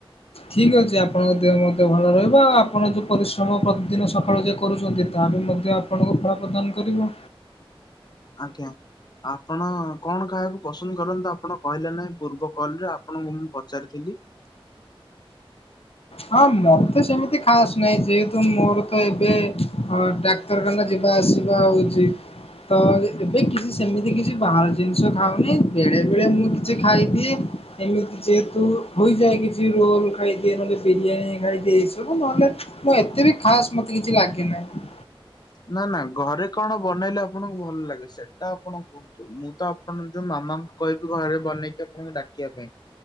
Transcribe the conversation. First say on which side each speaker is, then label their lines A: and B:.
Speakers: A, on the left; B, on the left.
A: ଠିକ୍ ଅଛି ଆପଣଙ୍କ ଦେହ ମଧ୍ୟ ଭଲ ରହିବ ଆପଣ ଯୋ ପରିଶ୍ରମ ପ୍ରତିଦିନ ସକାଳୁ ଯେ କରୁଚନ୍ତି। ତାବି ମଧ୍ୟ ଆପଣଙ୍କୁ ଫଳ ପ୍ରଦାନ୍ କରିବ।
B: ଆଜ୍ଞା ଆପଣ କଣ ଖାଇଆକୁ ପସ୍ <inaudible> କରନ୍ତ ଆପଣ କହିଲେ ନାହିଁ ପୂର୍ବ କଲରେ ଆପଣଙ୍କୁ ମୁଁ ପଚାରିଥିଲି?
A: ହଁ ମତେ ସେମିତି ଖାସ ନାଇ ଯେହେତୁ ମୋର ତ ଏବେ ହ ଡା ଡାକ୍ତରଖାନା ଯିବା ଆସିବା ହଉଚି। ତ ଏବେ କିଛି ସେମିତି କିଛି ବାହାର ଜିନିଷ ଖାଉନି ବେଳେ ବେଳେ ମୁଁ କିଛି ଖାଇଦିଏ। ଏମିତି ଯେହେତୁ ହୋଇଯାଏ କିଛି ରୋଲ ଖାଇଦିଏ ନହେଲେ ବିରିୟାନୀ ଖାଇଦେ ଏସବୁ ନହେଲେ ମ ଏତେ ବି ଖାସ ମତେ କିଛି ଲାଗେନାହିଁ।
B: ନା ନା ଘରେ କଣ ବନେଇଲେ ଆପଣଙ୍କୁ ଭଲ ଲାଗେ ସେଟା ଆପଣଙ୍କୁ ମୁଁ ତ ଆପଣ ଯୋ ମାମାଙ୍କୁ କହିବି ଘରେ ବନେଇକି ଆପଣଙ୍କୁ ଡାକିବା ପାଇଁ।